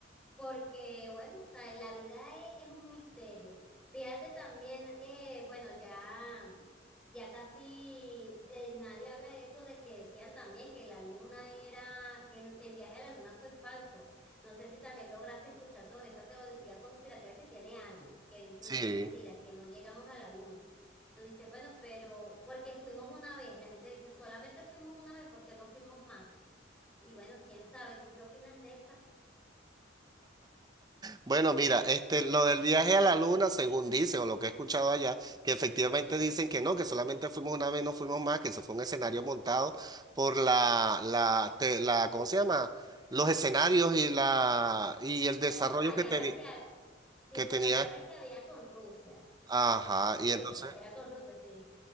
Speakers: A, in the centre; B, on the right (about 20°).
A: porque, bueno, o sea, la vida e- es, un misterio. Fíjate también, eh, bueno, ya, ya casi eh, nadie habla de eso, de que decían también que la luna era, que el viaje a la luna fue falso. No sé si también lograste escuchar sobre esa teoría conspirativa que tiene años, que dicen
B: Sí.
A: que es mentira, que no llegamos a la luna. Tú dices, bueno, pero porque fuimos una vez, la gente dice, solamente fuimos una vez, porque no fuimos más? Y bueno, quién sabe, ¿tú qué opinas de esas?
B: Bueno, mira, este, lo del viaje a la luna, según dicen, o lo que he escuchado allá, que efectivamente dicen que no, que solamente fuimos una vez, no fuimos más, que eso fue un escenario montado por la, la, te- la, ¿cómo se llama? Los escenarios y la, y el
A: Era
B: desarrollo
A: por la
B: que
A: guerra
B: tenía,
A: que, ha- sí,
B: que
A: por
B: tenía,
A: la guerra que había con Rusia,
B: ajá,
A: con
B: y
A: Rusia,
B: entonces
A: era con Rusia, sí.